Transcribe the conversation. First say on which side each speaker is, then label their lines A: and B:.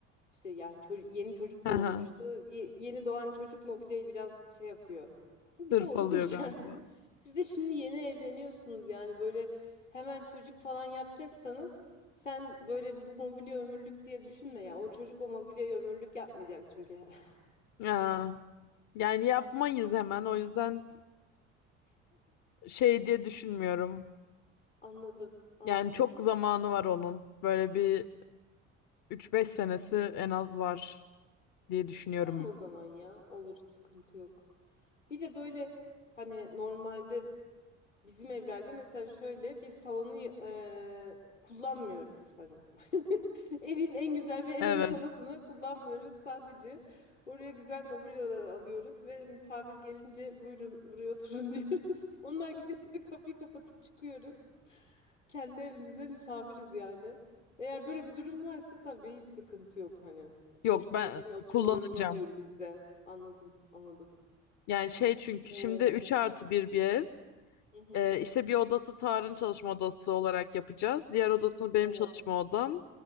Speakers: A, on the left; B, on the left.
A: İşte yani çocuk, yeni çocuk
B: Hı
A: doğmuştu.
B: hı.
A: Ye- yeni doğan çocuk mobilyayı biraz şey yapıyor. <laughs> Bir
B: Hırpalıyor
A: de onu diyeceğim.
B: galiba.
A: <laughs> Siz de şimdi yeni evleniyorsunuz yani böyle hemen çocuk falan yapacaksanız sen böyle bu mobilya ömürlük diye düşünme ya. O çocuk o mobilyayı ömürlük yapmayacak çünkü. <laughs>
B: Ya, yani yapmayız hemen. O yüzden şey diye düşünmüyorum.
A: Anladım, anladım.
B: Yani çok zamanı
A: Evet.
B: var onun. Böyle bir üç beş senesi en az var diye düşünüyorum.
A: Tamam o zaman ya. Olur, sıkıntı yok. Bir de böyle hani normalde bizim evlerde mesela şöyle biz salonu e, kullanmıyoruz hani. <laughs> Evin en güzel ve en
B: Evet.
A: büyük odasını kullanmıyoruz. Sadece oraya güzel mobilyalar alıyoruz ve misafir gelince buyurun buraya oturun <laughs> diyoruz. Onlar gidince de kapıyı kapatıp çıkıyoruz. Kendi evimizde misafiriz yani. Eğer böyle bir durum varsa tabii hiç sıkıntı yok hani.
B: Yok
A: Çocuk
B: ben
A: dediğin oturma
B: kullanacağım.
A: odasına büyür bizde. Anladım, anladım.
B: Yani şey çünkü
A: Ee,
B: şimdi 3 artı bir bir ev.
A: Hı hı.
B: Ee, işte bir odası Tarık'ın çalışma odası olarak yapacağız. Diğer odasını benim
A: Evet,
B: çalışma odam.